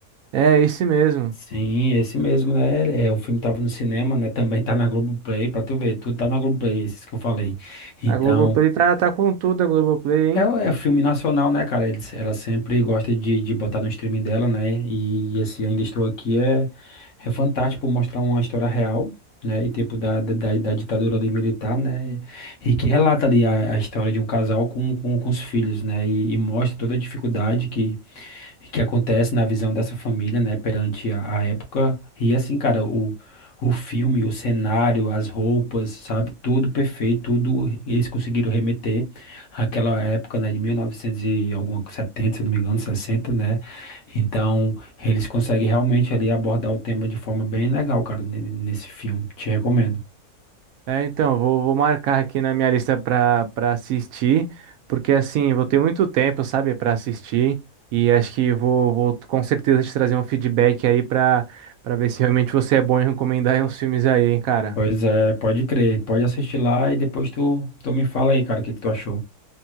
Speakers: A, on the right (about 70°); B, on the left (about 55°).
A: É, esse mesmo.
B: Sim, esse mesmo, né? É, o filme tava no cinema, né? Também tá na Globoplay, pra tu ver, tudo tá na Globoplay, esses que eu falei. Então,
A: A Globoplay tá, tá com tudo, a Globoplay, hein?
B: é, é filme nacional, né, cara? Eles, ela sempre gosta de, de botar no streaming dela, né? E esse Ainda Estou Aqui é, é fantástico por mostrar uma história real, né? E tempo da, da, da ditadura ali militar, né? E que relata ali a, a história de um casal com, com, com os filhos, né? E, e mostra toda a dificuldade que acontece na visão dessa família, né, perante a, a época. E assim, cara, o, o filme, o cenário, as roupas, sabe, tudo perfeito, tudo eles conseguiram remeter àquela época, né, de 1900 e novecentos e alguma, 70, se não me engano, 60, né? Então, eles conseguem realmente ali abordar o tema de forma bem legal, cara, ne- nesse filme. Te recomendo.
A: É, então, vou, vou marcar aqui na minha lista para para assistir, porque assim, eu vou ter muito tempo, sabe, para assistir, e acho que vou, vou com certeza te trazer um feedback aí para para ver se realmente você é bom em recomendar <laughs> aí uns filmes aí, hein, cara.
B: Pois é, pode crer, pode assistir lá e depois tu, tu me fala aí, cara, o que que tu achou.